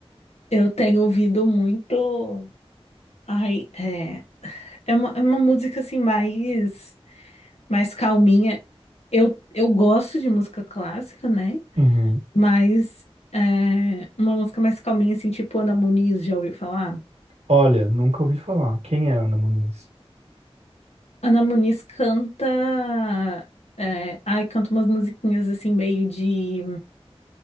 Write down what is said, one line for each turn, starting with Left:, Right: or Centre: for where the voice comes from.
Left: eu tenho ouvido muito. Ai, é, é uma, é uma música assim mais, mais calminha. Eu, eu gosto de música clássica, né?
Right: Uhum.
Left: Mas é, uma música mais calminha, assim, tipo Ana Muniz, já ouviu falar?
Right: Olha, nunca ouvi falar. Quem é Ana Muniz?
Left: Ana Muniz canta. é, ai, canta umas musiquinhas assim, meio de.